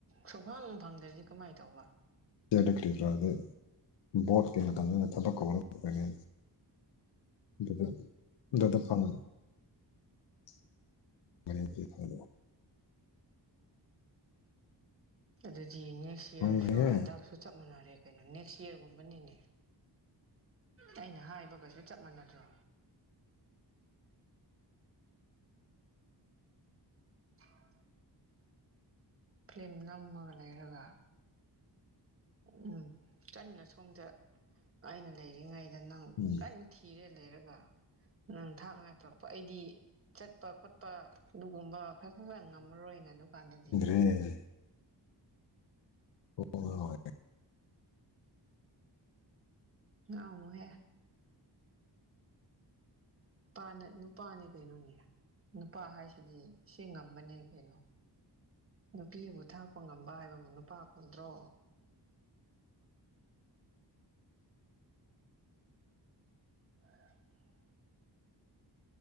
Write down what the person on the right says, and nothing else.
ꯁꯨꯐꯪ ꯐꯪꯗ꯭ꯔꯗꯤ ꯀꯃꯥꯏ ꯇꯧꯕ
ꯑꯗꯨꯗꯤ ꯅꯦꯛꯁ ꯏꯌꯔꯁꯨ
ꯍꯟꯗꯛꯁꯨ ꯆꯞ ꯃꯥꯟꯅꯔꯦ ꯀꯩꯅꯣ ꯅꯦꯛꯁ ꯏꯌꯔꯒꯨꯝꯕꯅꯤꯅꯦ ꯑꯩꯅ ꯍꯥꯏꯕꯒꯁꯨ ꯆꯞ ꯃꯥꯟꯅꯗ꯭ꯔꯣ <inaudible> ꯐꯤꯂꯝ ꯅꯝꯃꯒ ꯂꯩꯔꯒ ꯎꯝ ꯀꯟꯅ ꯁꯣꯝꯗ ꯑꯩꯅ ꯂꯩꯔꯤꯉꯩꯗ ꯅꯪ
ꯀꯟꯅ ꯊꯤꯔ ꯂꯩꯔꯒ ꯅꯪ ꯊꯥꯛ ꯉꯥꯏ ꯄꯨꯔꯛꯄ ꯑꯩꯗꯤ ꯆꯠꯄ ꯈꯣꯠꯄ ꯑꯗꯨꯒꯨꯝꯕ ꯐꯖꯅ ꯉꯝꯃꯔꯣꯏꯅ ꯑꯗꯨꯀꯥꯟꯗꯗꯤ
ꯉꯥꯎꯅꯨꯍꯦ ꯅꯨꯄꯥꯅ ꯅꯨꯄꯥꯅꯦ ꯀꯩꯅꯣꯅꯦ ꯅꯨꯄꯥ ꯍꯥꯏꯁꯤꯗꯤ ꯁꯤ ꯉꯝꯕꯅꯦ ꯀꯩꯅꯣ ꯅꯨꯄꯤꯕꯨ ꯊꯥꯛꯄ ꯉꯝꯕ ꯍꯥꯏꯕꯕꯨ ꯅꯨꯄꯥ ꯀꯧꯗ꯭ꯔꯣ <unintelligible>